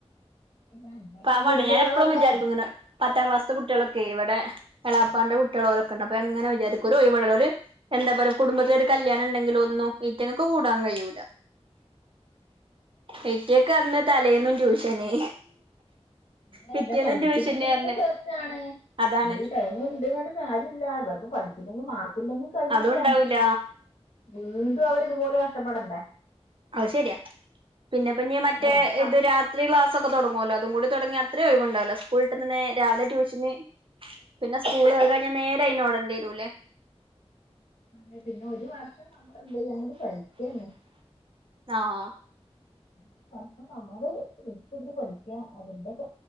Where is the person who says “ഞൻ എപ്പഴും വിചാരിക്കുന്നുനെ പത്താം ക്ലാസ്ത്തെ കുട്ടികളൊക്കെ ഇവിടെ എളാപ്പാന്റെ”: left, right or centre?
Right